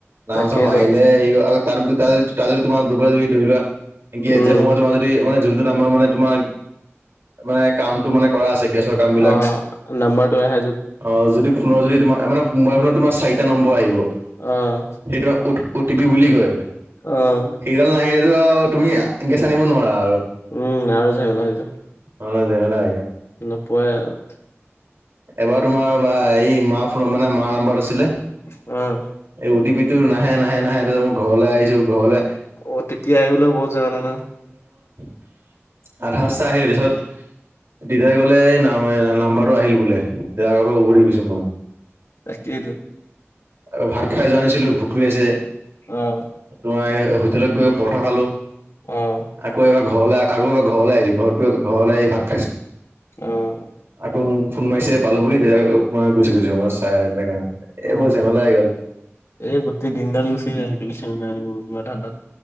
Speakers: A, on the right; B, on the left.
A: নাম-চাম
B: তাকেইতো
A: মাৰিলে হে হেৰী হয়, আক তাত গৈ, তাত যদি তোমাৰ যদি গৈ পেলাই যদি ধৰি লোৱা, গেছ
B: উম,
A: দিয়াৰ সময়ত যদি তোমাৰ যদি মানে যোনটো নাম্বাৰ তোমাৰ মানে, কামটো মানে কৰা আছে, গেছৰ কাম বিলাক।
B: অ', নাম্বাৰটো আহে য'ত।
A: অ', যদি ফোনৰ যদি তোমাৰ, মানে মোবাইল ফোনত তোমাৰ চাৰিটা নম্বৰ আহিব।
B: উম।
A: সেইটো অত, অটিপি বুলি কয়।
B: অ',
A: সেইডাল নাহিলেতো আৰু, তুমি গেছ আনিব নোৱাৰা আৰু।
B: উম, আৰু জেমেলা হৈ যাব।
A: <unintelligible>
B: নোপোৱাই আৰু।
A: এবাৰ, তোমাৰ বা, এই মা ফোন মানে মাৰ নাম্বাৰত আছিলে।
B: অ'।
A: এই, অ টি পিটো নাহে, নাহে, নাহে, তাৰপিছত মই ঘৰলৈ আহিছো, ঘৰলে
B: অ' টি পি আহিবলৈও বহুত ঝেমেলা নহয়
A: <unintelligible> আধা ৰাস্তা‌ আহিলো, তাৰপিছত দেউতাই ক'লে নাম্বাৰটো আহিল বোলে। তেতিয়া আকৌ উভতি গৈছো মই।
B: তাকেইতো।
A: আৰু ভাত খাই যোৱা নাই নাছিলোঁ ভুক লাগিছে।
B: অ'।
A: জোঁৱাই হোটেলত গৈ পৰঠা খালো।
B: অ'।
A: আকৌ এবাৰ ঘৰলৈ আৰু এবাৰ ঘৰলৈ আহিছোঁ, ঘৰত গৈ ঘৰলে এই ভাত খাইছোঁ।
B: অ'।
A: আকৌ মোক ফোন মাৰিছে পালোঁ বুলি, তেতিয়া মই গুচি গৈছো, আমাৰ চাই তেনেকা এই
B: অ',
A: জেমেলা আহি গ'ল।
B: এই গোটেই দিনডাল গুচি আজিকালি <unintelligible> ঠাণ্ডাত।